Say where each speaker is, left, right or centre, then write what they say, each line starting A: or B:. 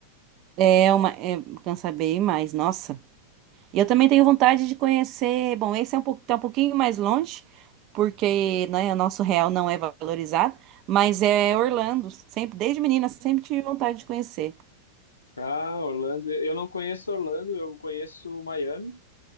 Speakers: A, on the right (about 40°); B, on the left (about 75°).
A: É, é uma. É, cansa bem mais, nossa. E eu também tenho vontade de conhecer. Bom, esse é um, pou- tá um pouquinho mais longe, porque,
B: Uhum.
A: né, o nosso real não é valorizado, mas é
B: Ah,
A: Orlando.
B: pois.
A: Sempre, desde menina, sempre tive vontade de conhecer.
B: Ah, Orlando, eu não conheço Orlando, eu conheço Miami.